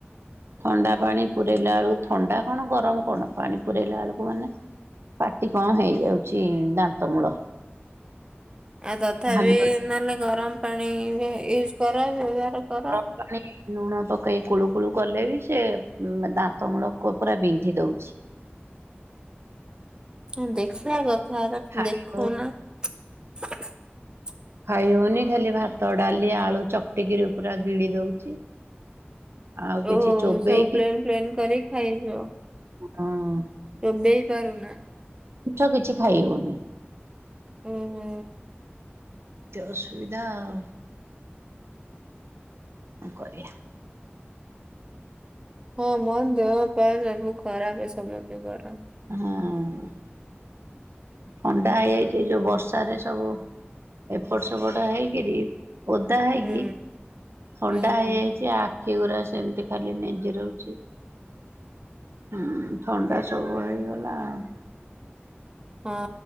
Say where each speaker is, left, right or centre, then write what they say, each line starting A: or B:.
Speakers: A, on the right; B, on the right.
A: ଥଣ୍ଡା ପାଣି ପୁରାଇଲା ବେଳକୁ ଥଣ୍ଡା କଣ ଗରମ କଣ ପାଣି ପୁରାଇଲା ବେଳକୁ ମାନେ ପାଟି କଣ ହେଇଯାଉଛି ଦାନ୍ତ ମୂଳ।
B: ଆଉ ତଥାପି
A: ହାଲୁଆ
B: ନହେଲେ ଗରମ ପାଣି ୟୁଜ କର ବ୍ୟବହାର କର।
A: <inaudible> ଲୁଣ ପକେଇ କୁଳୁ କୁଳୁ କଲେ ବି ସେ ଦାନ୍ତ ମୂଳକ ପୁରା ବିନ୍ଧି ଦଉଛି।
B: ହ ଦେଖିବା କ ଖାର
A: ଖାଇ
B: ଦେଖୁ
A: ହଉ
B: ନା <unintelligible>
A: ଖାଇହଉନି ଖାଲି ଭାତ ଡାଲି ଆଳୁ ଚଟିକିରି ପୁରା ଗିଡି ଦଉଛି। ଆଉ କିଛି
B: ଓହୋ
A: ଚୋବେଇକି
B: ସବୁ ପ୍ଲେନ୍ ପ୍ଲେନ୍ କରି ଖାଇଯ
A: ହଁଅଁ।
B: ରୋବେଇ ପାରୁନା।
A: ମିଠା କିଛି ଖାଇ ହଉନି।
B: ଉ ହୁଁ।
A: ଏତେ ଅସୁବିଧା ଆଉ। କଣ କରିବା।
B: ହଁ ମୋ ଦେହ ଫେହ ସବୁ ଖରାପ ସମନ୍ତିଙ୍କର।
A: ହଁ ଅଁ। ଥଣ୍ଡା ହେଇଯାଇଚି ଯଉ ବର୍ଷାରେ ସବୁ ଏପଟ ସେପଟ ହେଇକିରି। ଓଦା ହେଇକି
B: ହୁଁ
A: ଥଣ୍ଡା
B: ଓହୋ
A: ହେଇଯାଇଚି ଆ ଆଖି ଗୁରା ସେମିତି ଖାଲି ନେଞ୍ଜରଉଚି। ହୁଁ ଥଣ୍ଡା ସବୁ ହେଇଗଲା ଆଉ।
B: <inaudible> ହଁ